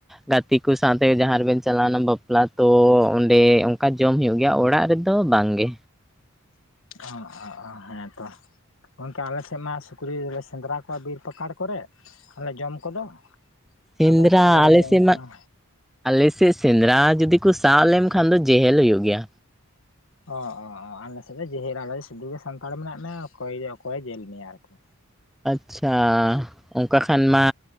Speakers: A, in the centre; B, on the left (about 65°).
A: ᱜᱟᱛᱮ ᱠᱚ ᱥᱟᱶᱛᱮ ᱡᱟᱦᱟᱸ ᱨᱮᱵᱮᱱ ᱪᱟᱞᱟᱣᱱᱟ ᱵᱟᱯᱞᱟ ᱛᱚ ᱚᱸᱰᱮ ᱚᱱᱠᱟ ᱡᱚᱢ ᱦᱳᱭᱳᱜᱼᱼ ᱜᱮᱭᱟ ᱚᱲᱟᱜ ᱨᱮᱫᱚ ᱵᱟᱝᱜᱮ᱾
B: ᱚ ᱚ ᱚ ᱦᱮᱸ ᱛᱚ᱾ ᱜᱚᱝᱠᱮ ᱟᱞᱮ ᱥᱮᱫ ᱢᱟ ᱥᱩᱠᱨᱤᱞᱮ ᱥᱮᱸᱫᱽᱨᱟ ᱠᱚᱣᱟ ᱵᱤᱨ ᱯᱟᱠᱟᱲ ᱠᱚᱨᱮ, ᱟᱨᱞᱮ ᱡᱚᱢ ᱠᱚᱫᱚ,
A: ᱥᱤᱱᱫᱨᱟ
B: ᱟᱵᱮᱱ ᱥᱮᱫ ᱫᱚ ᱵᱟᱵᱮᱱ
A: ᱟᱞᱥᱤᱫ
B: ᱡᱚᱢ ᱠᱚᱣᱟ
A: ᱢᱟᱼᱼ ᱟᱞᱮᱥᱮᱫ ᱥᱮᱸᱫᱽᱨᱟ ᱡᱩᱫᱤ ᱠᱚ ᱥᱟᱵ ᱞᱮᱢ ᱠᱷᱟᱱ ᱫᱚ ᱡᱮᱦᱳᱞ ᱦᱩᱭᱩᱜ ᱜᱮᱭᱟ᱾
B: ᱚ ᱚ ᱚ ᱟᱞᱮᱥᱮᱫ ᱫᱚ ᱡᱮᱦᱮᱨ ᱟᱞᱮ ᱫᱚ ᱥᱩᱫᱩ ᱜᱮ ᱥᱟᱱᱛᱟᱲ ᱢᱮᱱᱟᱜ ᱢᱮᱭᱟ ᱚᱠᱚᱭ ᱚᱠᱚᱭᱮ ᱡᱮᱞ ᱢᱮᱭᱟ ᱟᱨᱠᱤ᱾
A: ᱟᱪᱪᱷᱟ ᱚᱱᱠᱟ ᱠᱷᱟᱱ ᱢᱟ